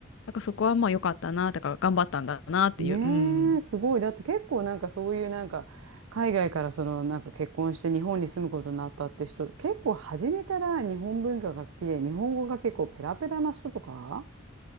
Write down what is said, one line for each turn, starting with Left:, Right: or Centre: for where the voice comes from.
Left: だからそこはまあ良かったな、だから頑張ったんだなっていう。
Right: ねえ、
Left: うん。
Right: すごい。だって結構なんかそういうなんか海外からそのなんか結婚して日本に住むことになったって人、結構初めから日本文化が好きで日本語が結構ペラペラな人とか